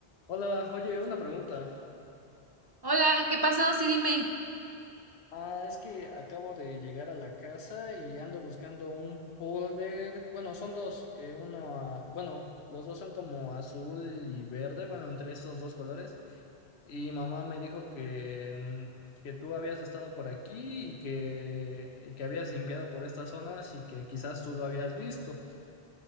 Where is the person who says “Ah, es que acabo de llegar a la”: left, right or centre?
Left